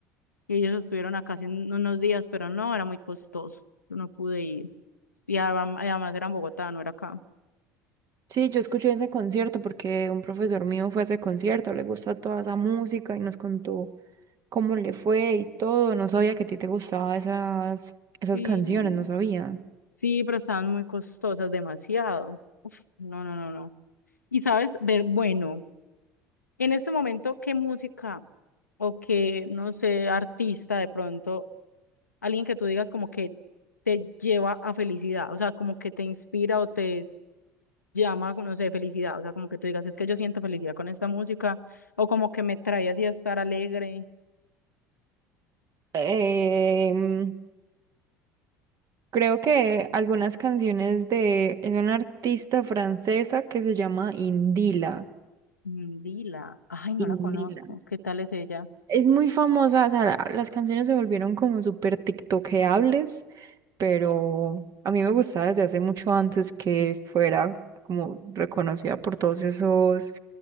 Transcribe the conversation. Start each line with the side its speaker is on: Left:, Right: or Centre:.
Left: y ellos estuvieron acá hace un- unos días, pero no, era muy costoso, yo no pude ir. Y adem- además era en Bogotá, no era acá.
Right: Sí, yo escuché ese concierto porque un profesor mío fue a ese concierto, le gusta toda esa música y nos contó cómo le fue y todo. No sabía que a ti te gustaban esas, esas
Left: sí
Right: canciones, no sabía.
Left: sí, pero estaban muy costosas, demasiado. Uf, no, no, no, no. Y sabes, ver, bueno, en este momento, ¿qué música? o que, no sé, artista de pronto, alguien que tú digas como que te lleva a felicidad, o sea, como que te inspira o te llama, no sé, felicidad, o sea, como que tú digas, es que yo siento felicidad con esta música, o como que me trae así a estar alegre.
Right: Em, creo que algunas canciones de... Es una artista francesa que se llama Indila.
Left: Mm, Dila, ay, no
Right: Indila.
Left: la conozco, ¿qué tal es ella?
Right: Es muy famosa, o sea, la- las canciones se volvieron como súper tiktokeables, pero a mí me gustaba desde hace mucho antes que fuera como reconocida por todos esos